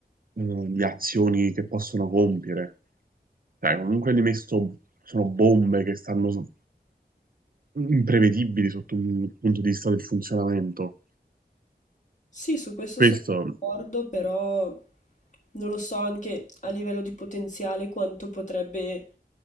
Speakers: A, on the right; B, on the left.
A: eh, di azioni che possono compiere. Cioè, comunque li messo, sono bombe che stanno so- imprevedibili sotto un punto di vista del funzionamento.
B: Sì, su questo
A: Questo...
B: sono d'accordo, però non lo so anche a livello di potenziale quanto potrebbe,